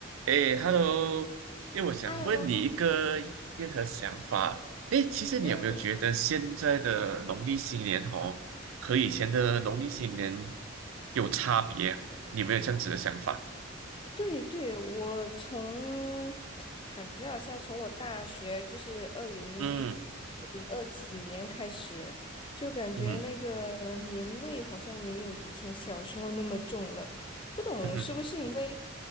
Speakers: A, on the right; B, on the left.
A: 哎，Hello，哎，我想问你一个意见和想法。
B: Hello，
A: 哎，其实你有没有觉得现在的农历新年哦，
B: 嗯，
A: 和以前的农历新年有差别？你有没有这样子的想法？
B: 对对，我从 <tsk> 感觉好像从我大学就是二零
A: 嗯
B: 零二几年开始，就感觉那个呃年味好像没有以前小时候那么重了。
A: 嗯
B: 不懂是不是因为
A: 嗯哼，